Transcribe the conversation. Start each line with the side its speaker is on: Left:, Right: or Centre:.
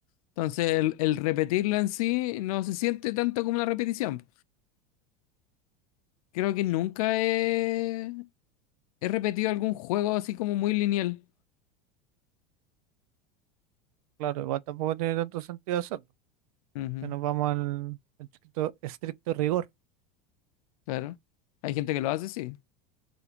Left: Entonces el, el repetirla en sí no se siente tanto como una repetición. Creo que nunca he, he repetido algún juego así como muy lineal.
Right: Claro, igual tampoco tiene tanto sentido hacerlo,
Left: Ujú,
Right: que nos vamos al, al estricto, estricto rigor.
Left: claro. Hay gente que lo hace, sí.